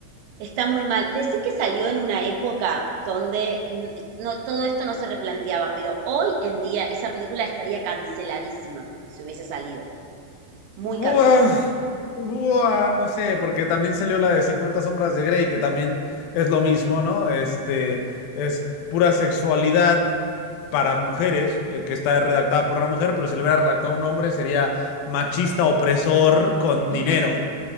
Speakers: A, on the right; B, on the left.
A: está muy mal. Decí que salió en una época donde n- no, todo esto no se replanteaba, pero hoy en día esa película estaría canceladísima si hubiese salido. Muy
B: Buah,
A: cancelada.
B: buah, no sé, porque también salió la de 50 sombras de Grey, que también es lo mismo, ¿no? Este, es pura sexualidad para mujeres, eh, que está redactada por una mujer, pero si lo hubiera redactado un hombre sería machista opresor con
A: <laughs>
B: dinero.